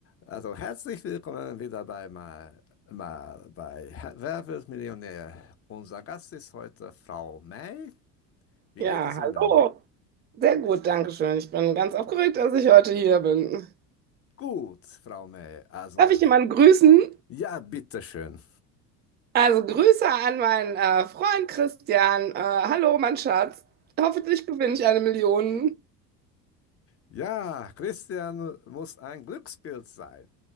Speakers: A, on the left; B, on the right.
A: Also herzlich willkommen wieder bei mal, mal bei Herr- Wer wird Millionär? Unser Gast ist heute Frau May. Wie
B: Ja,
A: geht es Ihnen?
B: hallo. Sehr gut, danke schön. Ich bin ganz aufgeregt, dass ich heute hier bin.
A: Gut, Frau May. Also
B: Darf ich jemanden grüßen?
A: ja, bitteschön.
B: Also Grüße an meinen äh, Freund Christian. Äh, hallo, mein Schatz. Hoffentlich gewinne ich eine Million.
A: Ja, Christian muss ein Glückspilz sein.